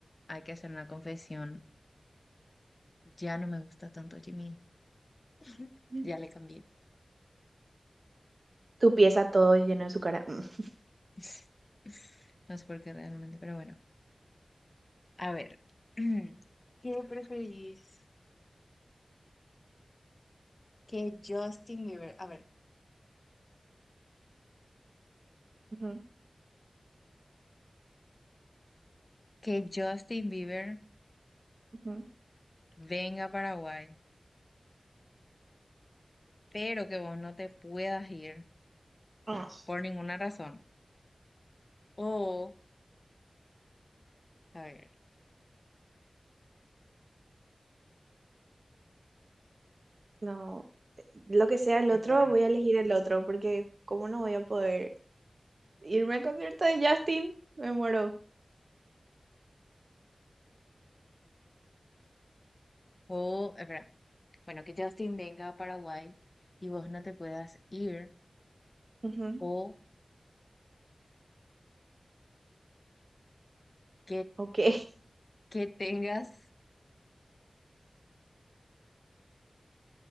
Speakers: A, on the left; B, on the right.
A: hay que hacer una confesión. Ya no me gusta tanto Jimmy. <laughs>
B: Mm.
A: Ya le cambié.
B: Tu pieza todo lleno de su cara. Mm.
A: <laughs> No sé por qué realmente, pero bueno. A ver, <clears throat> ¿Qué preferís? Que Justin Bieber. A ver,
B: <laughs>
A: que Justin Bieber
B: Ujú, ujú.
A: venga a Paraguay, pero que vos no te puedas ir
B: Ah,
A: por ninguna razón. O, a ver,
B: No, lo que sea el
A: espera.
B: otro, voy a elegir el otro, porque ¿cómo no voy a poder irme al concierto de Justin? Me muero.
A: O, espera. Bueno, que Justin venga a Paraguay y vos no te puedas ir.
B: Ujú.
A: O Que,
B: Ok. <laughs>
A: que tengas,